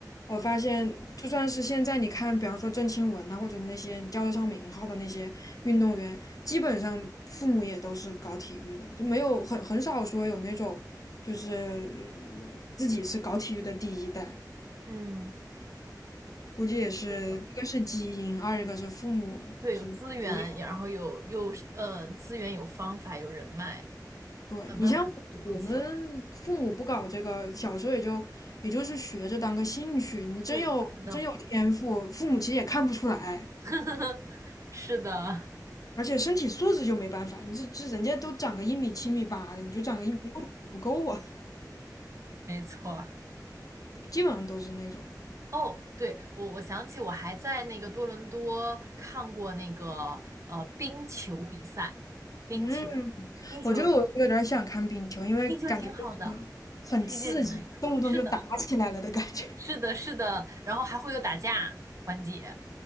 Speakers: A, on the left (about 55°); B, on the right (about 45°).
A: 我发现，就算是现在你看，比方说郑钦文呐、或者那些你叫得上名号的那些运动员，基本上父母也都是搞体育的，就没有很很少说有那种就是自己是搞体育的第一代，
B: 嗯，
A: 估计也是一个是基因，
B: 是的，
A: 二一个是父母就是培养。
B: 对，有资源，然后有又是呃资源，有方法，有人脉，
A: 对你像我们父母不搞这个，
B: 慢慢的就能起来。
A: 小时候也就也就是学着当个兴趣，你真有真有天赋，
B: 对，是的，
A: 父母其实也看不出来。
B: <laughs> 是的，
A: 而且身体素质就没办法，你这这人家都长个一米七米八的，你就长个一米六不够啊，
B: 没错儿
A: <laughs> 基本上都是那种。
B: 哦，对，我我想起我还在那个多伦多看过那个呃冰球比赛，冰球，
A: 嗯，
B: 冰球，
A: 我觉得我有点想看冰球，因为感觉就是很刺激，
B: 冰球挺好的，推荐你来看。
A: 动不动就打起来了的感觉。
B: 是的，
A: <laughs>
B: 是的，是的，然后还会有打架环节，